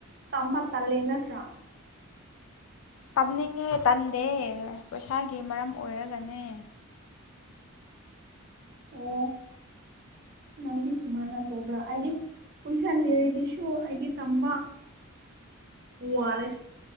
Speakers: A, on the right; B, on the left.
A: ꯇꯝꯕ ꯇꯜꯂꯦ ꯅꯠꯇ꯭ꯔꯥ
B: ꯇꯝꯅꯤꯡꯉꯦ ꯇꯟꯗꯦ ꯄꯩꯁꯥꯒꯤ ꯃꯔꯝ ꯑꯣꯏꯔꯒꯅꯦ
A: ꯑꯣ ꯗꯤ ꯁꯨꯃꯥꯏꯅ ꯇꯧꯕ꯭ꯔꯥ ꯍꯥꯏꯗꯤ ꯄꯩꯁꯥ ꯂꯩꯔꯗꯤꯁꯨ ꯍꯥꯏꯗꯤ ꯇꯝꯕ ꯎ ꯋꯥꯔꯦ